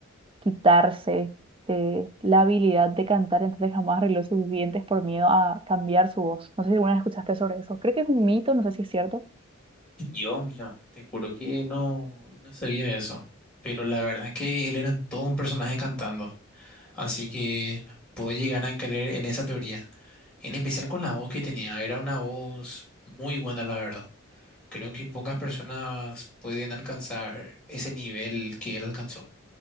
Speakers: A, on the right; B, in the centre.
A: quitarse eh, la habilidad de cantar, entonces jamás arregló sus dientes por miedo a cambiar su voz. No sé si alguna vez escuchaste sobre eso. Creo que es un mito, no sé si es cierto.
B: Dios mío, te juro que no, no sabía eso. Pero la verdad es que él era todo un personaje cantando. Así que puedo llegar a creer en esa teoría. En especial con la voz que tenía. Era una voz muy buena, la verdad. Creo que pocas personas pueden alcanzar ese nivel que él alcanzó,